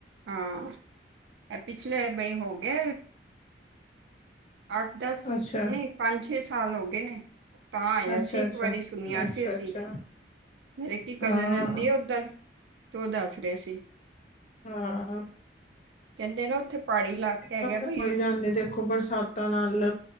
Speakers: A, on the right; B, on the left.
A: ਹਾਂ ਇਹ ਪਿਛਲੇ ਬਈ ਹੋ ਗਿਆ। ਅੱਠ ਦਸ
B: ਅੱਛਾ
A: ਨਹੀਂ ਪੰਜ ਛੇ ਸਾਲ ਹੋ ਗਏ ਨੇ ਤਾਂ ਆਏਆ
B: ਅੱਛਾ
A: ਸੀ ਇੱਕ
B: ਅੱਛਾ
A: ਵਾਰੀ ਸੁਣਿਆ
B: ਅੱਛਾ
A: ਸੀ ਅਸੀਂ
B: ਅੱਛਾ
A: ਮੇਰੇ ਇਕੀ
B: ਹਾਂ
A: ਕਜ਼ਨ ਰੈਂਦੀ ਆ ਉੱਧਰ, ਤੇ ਉਹ ਦੱਸ ਰਹੇ ਸੀ।
B: ਹਾਂ
A: ਕਹਿੰਦੇ ਨਾ ਉੱਥੇ ਪਹਾੜੀ ਇਲਾਕਾ
B: ਦਿੱਕਤ
A: ਹੈਗਾ
B: ਹੋ
A: ਬਈ
B: ਹੀ ਜਾਂਦੀ ਦੇਖੋ ਬਰਸਾਤਾਂ ਨਾਲ